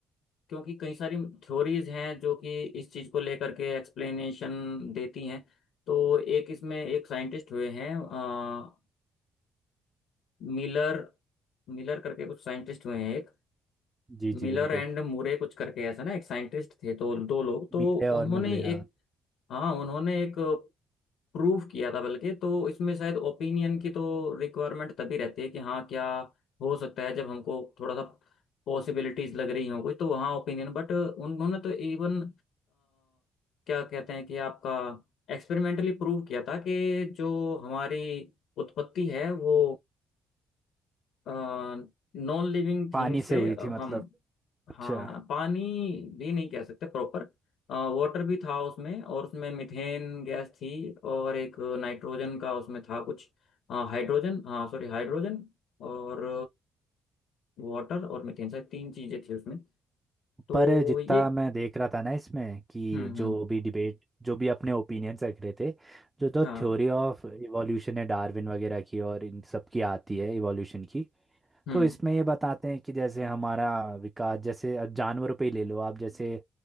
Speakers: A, on the left; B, on the right.
A: क्योंकि कई सारी थ्योरीज हैं जो कि इस चीज़ को लेकर के एक्सप्लेनेशन देती हैं तो एक इसमें एक साइंटिस्ट हुए हैं अ, मिलर मिलर करके कुछ साइंटिस्ट हुए हैं एक
B: जी जी
A: मिलर
B: बिल्कुल
A: एंड मुरे कुछ करके ऐसा ना एक साइंटिस्ट थे तो दो लोग तो
B: मीले और
A: उन्होंने
B: मूरे हाँ
A: एक हाँ उन्होंने एक प्रूफ किया था बल्कि तो इसमें शायद ओपिनियन की तो रिक्वायरमेंट तभी रहती है कि हाँ क्या हो सकता है जब हमको थोड़ा सा पॉसिबिलिटीज लग रही हो कोई तो वहाँ ओपिनियन बट उन्होंने तो इवन क्या कहते हैं कि आपका एक्सपेरिमेंटली प्रूव किया था कि जो हमारी उत्पत्ति है वो नॉन लिविंग
B: पानी
A: थिंग से
B: से हुई थी मतलब
A: हम
B: अच्छा
A: हाँ पानी भी नहीं कह सकते प्रॉपर वाटर भी था उसमें और उसमें मिथेन गैस थी और एक नाइट्रोजन का उसमें था कुछ हाइड्रोजन हाँ सॉरी हाइड्रोजन और वाटर और मिथेन शायद तीन चीजें थी उसमें तो
B: पर जितना
A: ये
B: मैं देख रहा था ना इसमें कि
A: हम्म
B: जो
A: हम्म
B: भी डिबेट जो भी अपने ओपिनियंस रख रहे थे जो तो
A: हाँ
B: थ्योरी ऑफ इवोल्यूशन है डार्विन वगैरह की और इन सब की आती है इवोल्यूशन की
A: हम्म
B: तो इसमें ये बताते हैं कि जैसे हमारा विकास जैसे अब जानवरों पे ही ले लो आप जैसे